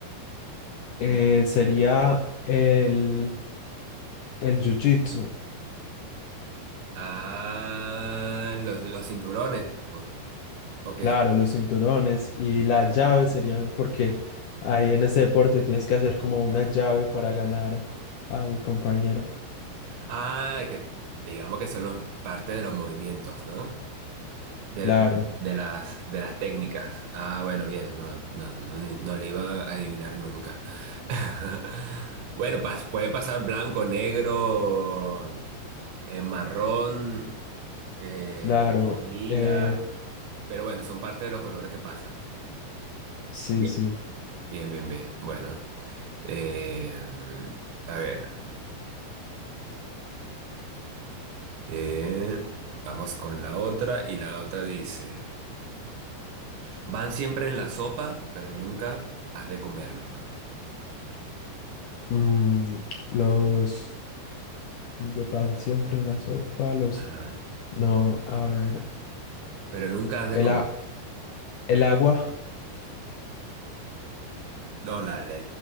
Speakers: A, on the left; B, on the right.
A: Eh,
B: Un-
A: sería el, el jiu-jitsu.
B: Ah, los, los cinturones. Oh, Ok.
A: Claro, los cinturones y las llaves serían porque ahí en ese deporte tienes que hacer como una llave para ganar al compañero.
B: Ah, que digamos que son los, parte de los movimientos, ¿no? De,
A: Claro,
B: de las, de las técnicas. Ah, bueno, bien, no, no, no, no le iba a adivinar nunca. <laughs> Bueno, pas- puede pasar blanco, negro, eh, marrón, eh,
A: claro.
B: li- lila,
A: eh,
B: pero bueno, son parte de los colores que pasan.
A: sí,
B: Bien,
A: sí.
B: bien, bien. bien. Bueno, eh, a ver, eh, vamos con la otra y la otra dice, van siempre en la sopa, pero nunca has de comerlos.
A: Mm, los... Lo pan siempre en la sopa, los...
B: Ajá.
A: No, a ver.
B: Pero nunca has de
A: El,
B: comer.
A: a- el agua.
B: No, la, la,